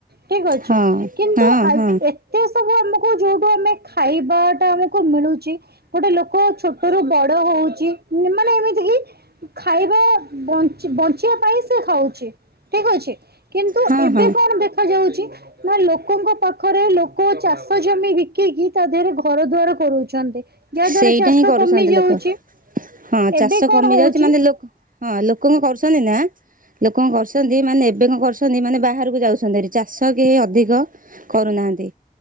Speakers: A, on the right; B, on the right.
A: ଠିକ ଅଛି।
B: ହଁ
A: କିନ୍ତୁ
B: ହଁ ହଁ
A: ଏତେ ସବୁ ଆମକୁ ଯୋଉଠୁ ଆମେ ଖାଇ ଇବା ଟା ଆମକୁ ମିଳୁଛି, ଗୋଟେ ଲୋକ ଛୋଟରୁୁ ବଡ ହଉଛି, ମାନେ ଏମିତି କି ଖାଇବା, ବଞ୍ଚିବା ପାଇଁ ସେ ଖାଉଛି ଠିକ ଅଛି। କିନ୍ତୁ,
B: ହଁ
A: ଏବେ
B: ହଁ
A: କଣ ଦେଖାଯାଉଛି ନା ଲୋକଙ୍କ ପାଖରେ ଲୋକ ଚାଷ ଜମି ବିକିକି ତା ଦେହରେ ଘର ଦୁଆର କରଉଛନ୍ତି। ଯାହା ଦ୍ଵାରା
B: ସେଇଟା
A: ଚାଷ
B: ହିଁ କରୁଛନ୍ତି
A: କମି ଯାଉଛି,
B: ଲୋକ। ହଁ ଚାଷ
A: ଏବେ କଣ
B: କମି
A: ହଉଛି?
B: ଯାଉଛି ମାନେ ଲୋକ ହଁ, ଲୋକ କଣ କରୁଛନ୍ତି, ନାଁ? ଲୋକ କଣ କରୁଛନ୍ତି, ମାନେ ଏବେ କଣ କରୁଛନ୍ତି, ମାନେ ବାହାରକୁ ଯାଉଛନ୍ତିହେରି, ଚାଷ କେହି ଅଧିକ କରୁନାହାଁନ୍ତି।